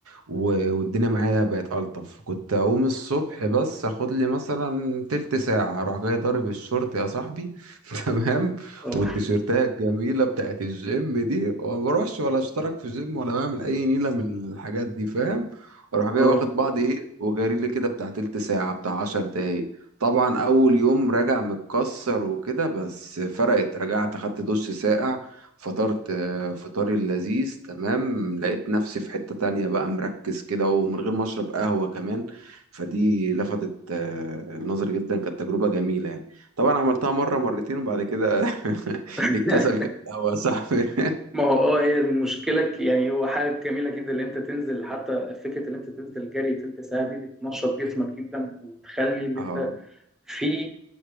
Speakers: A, on the right (about 80°); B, in the centre.
A: و- والدنيا معايا بقت ألطف كنت أقوم الصبح بس أخد لي مثلا تلت ساعة أروح جاي ضارب الشورت يا صاحبي <laughs> تمام
B: اه
A: والتيشيرتات الجميله بتاعت الجيم دي وما بروحش ولا اشترك في جيم ولا بعمل اي نيله من الحاجات دي فاهم اروح جاي
B: اه
A: واخد بعض ايه وجاري لي كده بتاع تلت ساعه بتاع عشر دقايق طبعا اول يوم راجع متكسر وكده بس فرقت رجعت اخدت دش ساقع فطرت آه، فطاري اللذيذ تمام لقيت نفسي في حتة تانية بقى مركز كده ومن غير ما اشرب قهوة كمان فدي لفتت آه، النظر جدا كانت تجربة جميلة يعني طبعا عملتها مرة مرتين وبعد كده <laughs>
B: <laughs>
A: الكسل كان قهوة يا صاحبي <laughs>
B: ما هو اه هي المشكلة ك- يعني هو حاجة جميلة جدا اللي انت تنزل حتى فكرة اللي انت تنزل جري تلت ساعة دي بتنشط جسمك جدا وتخلي اللي
A: اه
B: انت في